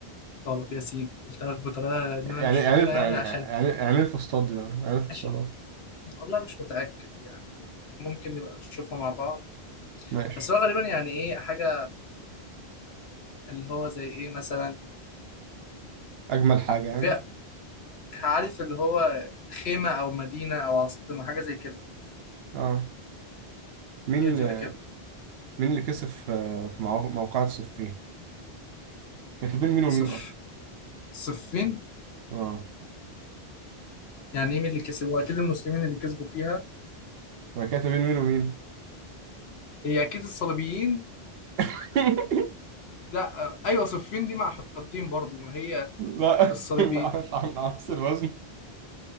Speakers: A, on the left; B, on the right.
A: غلط ياسين قلت لك بطريقة إن
B: يعني
A: أنا مش
B: يعني
A: فاكرها
B: إيه- يعني
A: يعني عشان
B: يعني يعني إيه الفسطاط دي يعني
A: <laughs>
B: إيه الفسطاط
A: عشان
B: أصلا
A: والله مش متأكد يعني ممكن نبقى نشوفها مع بعض
B: ماشي
A: بس هو غالبا يعني إيه حاجة اللي هو زي إيه مثلا
B: أجمل حاجة يعني
A: فيها عارف اللي هو خيمة أو مدينة أو عاصمة حاجة زي كده
B: اه مين
A: هي تبقى
B: آه،
A: كده
B: مين اللي كسب في آه، في مع- موقعة صفين؟ كانت بين مين ومين
A: صف
B: أصلا؟
A: صفين
B: اه
A: يعني إيه مين اللي كسب هو أكيد المسلمين اللي كسبوا فيها
B: هي كانت بين مين ومين؟
A: هي اكيد الصليبيين
B: <laughs>
A: لا ايوه صفين دي مع حطين برضو ما هي
B: لا
A: الصليبي
B: لا مش عن عكس الوزن